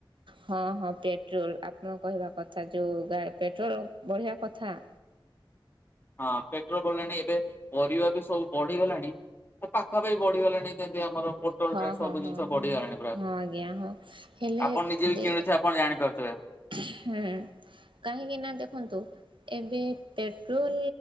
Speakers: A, on the right; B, on the left.
A: ହଁ ହଁ ପେଟ୍ରୋଲ ଆପଣ କହିବା କ ତା ଯୋଉ ଗା ପେଟ୍ରୋଲ ବଢିଆ କଥା।
B: ହଁ ପେଟ୍ରୋ ବଢିଲାଣି ଏବେ ପରିବା ବି ସବୁ ବଢିଗଲାଣି ପାଖାପାଖି ବଢିଗଲାଣି ଯେମିତି ଆମର ପୋଟଲ
A: ହଁ
B: ରେଟ୍
A: ହଁ
B: ସବୁ
A: ହଁ
B: ଜିନିଷ ବଢିଗଲାଣି
A: ହଁ
B: ପୁରା।
A: ହଁ ଆଜ୍ଞା ହଁ ହେଲେ
B: ଆପଣ ନିଜେ ବି
A: ଯେ
B: କିଣୁଥିବେ ଆପଣ ଜାଣିପାରୁଥିବେ
A: ହୁଁ କାହିଁକି ନା ଦେଖନ୍ତୁ ଏବେ ପେଟ୍ରୋଲ